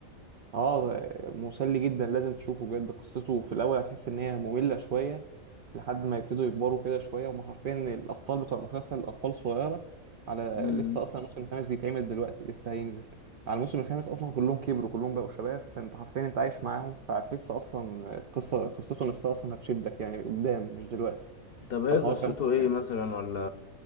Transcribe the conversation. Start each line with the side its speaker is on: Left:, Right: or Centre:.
Right: اه مسلي جدا لازم تشوفه بجد قصته في الاول هتحس ان هي مملة شوية لحد ما يبتدوا يكبروا كده شوية وما حرفيا الابطال بتوع المسلسل اطفال صغيرة على
Left: امم
Right: لسه اصلا الموسم الخامس بيتعمل دلوقتي لسه هينزل على الموسم الخامس اصلا كلهم كبروا كلهم بقوا شباب فانت حرفيا انت عايش معاهم فهتحس اصلا قصة قصته نفسها اصلا هتشدك يعني قدام مش دلوقتي
Left: طب ايه
Right: فالحوار
Left: قصته
Right: كان ممتع
Left: ايه
Right: يعني.
Left: مثلا ولا